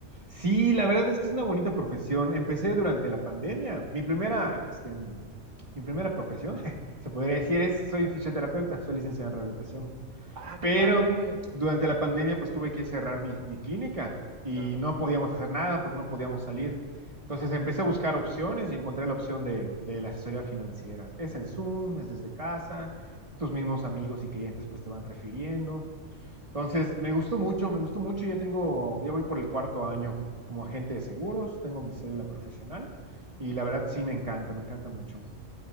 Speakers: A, on the right (about 30°); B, on the right (about 75°).
A: Sí, la verdad es que es una bonita profesión. Empecé durante la pandemia. Mi primera, este, mi primera profesión, <laughs> se podría decir, es soy
B: Ajá.
A: fisioterapeuta, soy licenciado en rehabilitación.
B: Ah,
A: Pero
B: qué padre.
A: durante la pandemia, pues tuve que cerrar mi, mi clínica y
B: Claro,
A: no podíamos hacer nada porque no podíamos salir. Entonces empecé a buscar opciones y encontré la opción de, de la asesoría financiera. Es en Zoom, es desde casa, tus mismos amigos y clientes pues te van refiriendo. Entonces me gustó mucho, me gustó mucho. Ya tengo, ya voy por el cuarto año como agente de seguros, tengo mi cédula profesional y la verdad sí me encanta, me encanta mucho.